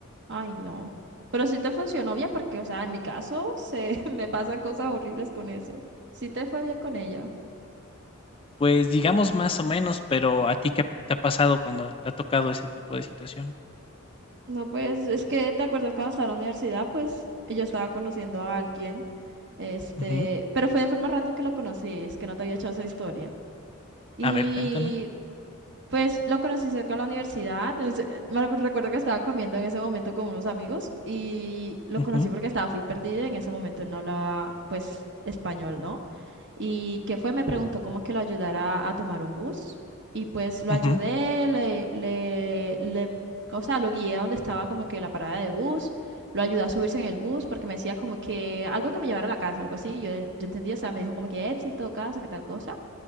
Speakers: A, on the right; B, on the left.
A: Ay no. Pero sí te funcionó bien porque, o sea, en mi caso se <laughs> me pasan cosas horribles con eso. Sí te fue bien con ella.
B: Pues, digamos más o menos, pero, ¿a ti qué p- te ha pasado cuando te ha tocado ese tipo de situación?
A: No, pues es que te acuerdas cuando estaba en la universidad, pues yo estaba conociendo a alguien, este,
B: Ujú.
A: pero fue de forma random que lo conocí, es que no te había echado esa historia. Y
B: A ver, cuéntame.
A: Pues lo conocí cerca de la universidad. es- Me recu- recuerdo que estaba comiendo en ese momento con unos amigos y lo
B: Ujú,
A: conocí porque estaba full perdido. En ese momento él no hablaba, pues, español, ¿no? Y que fue, me preguntó cómo que lo ayudara a tomar un bus. Y pues lo
B: ujú,
A: ayudé, le, le, le, o sea, lo guié a donde estaba como que la parada de bus. Lo ayudé a subirse en el bus porque me decía como que algo que me llevara a la casa, algo así. y Yo, yo entendí, o sea, me dijo como que éxito, casa, qué tal cosa.